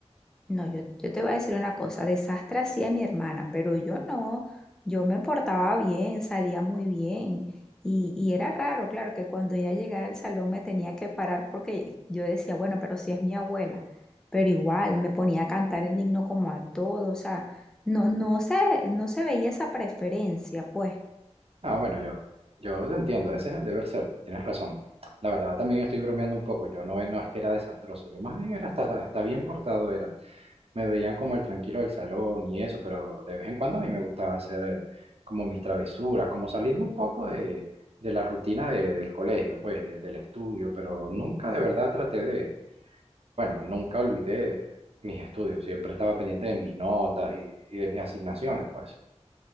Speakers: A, in the centre; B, on the right.
A: No, yo, yo te voy a decir una cosa, desastre hacía mi hermana, pero yo no, yo me portaba bien, salía muy bien y, y era raro, claro, que cuando ella llegara al salón me tenía que parar porque yo decía, bueno, pero si es mi abuela, pero igual me ponía a cantar el himno como a todos, o sea, no, no se, no se veía esa preferencia, pues.
B: Ah, bueno, yo, yo te entiendo, ese es el deber ser, tienes razón. La verdad, también estoy bromeando un poco. Yo no, no es que era desastroso, yo más bien era hasta, hasta bien portado era. me veían como el tranquilo del salón y eso, pero de vez en cuando a mí me gustaba hacer eh, como mis travesuras, como salirme un poco de, de la rutina de- del colegio, pues de- del estudio, pero nunca de verdad traté de, bueno, nunca olvidé mis estudios, siempre estaba pendiente de mis notas y, y de mis asignaciones, pues.